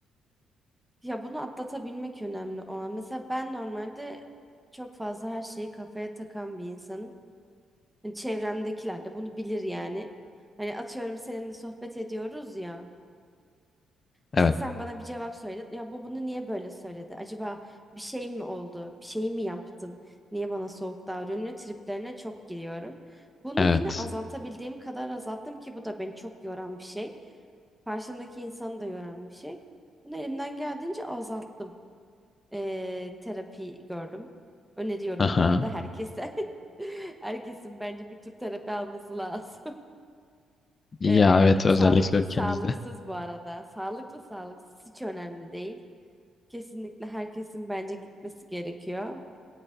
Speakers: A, in the centre; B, on the left (about 35°).
A: Ya bunu atlatabilmek önemli o an. Mesela ben normalde çok fazla her şeyi kafaya takan bir insanım. Hani çevremdekiler de bunu bilir yani. Hani atıyorum seninle sohbet ediyoruz ya.
B: Evet,
A: İşte sen bana bir cevap söyledin. Ya bu bunu niye böyle söyledi? Acaba bir şey mi oldu? Bir şey mi yaptım? Niye bana soğuk davranıyor? Triplerine çok giriyorum. Bunu
B: evet.
A: yine azaltabildiğim kadar azalttım ki bu da beni çok yoran bir şey. Karşımdaki insanı da yoran bir şey. Bunu elimden geldiğince azalttım. Ee, terapi gördüm. Öneriyorum
B: Aha.
A: bu arada herkese. <laughs> Herkesin bence bir tür terapi alması lazım. <laughs>
B: Ya
A: Ee,
B: evet özellikle
A: sağlıklı
B: ülkemizde.
A: sağlıksız bu arada. Sağlıklı sağlıksız hiç önemli değil. Kesinlikle herkesin bence gitmesi gerekiyor.